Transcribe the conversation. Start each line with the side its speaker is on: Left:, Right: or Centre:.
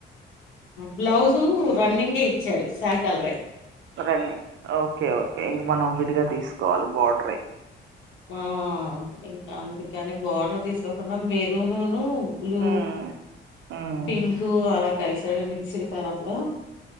Left: బ్లౌజు రన్నింగే ఇచ్చాడు శారీ కలరే
Right: రన్నింగ్ ఓకే ఓకే ఇంక మనం విడిగా తీసుకోవాలి బార్డర్వి
Left: ఆ ఇంకా అందుకని బార్డర్ తీసుకోకుండా మెరునూను బ్లూ
Right: ఉమ్, ఉమ్,
Left: పింక్ అలా కలిసాడు మిక్స్డ్ కలర్ లో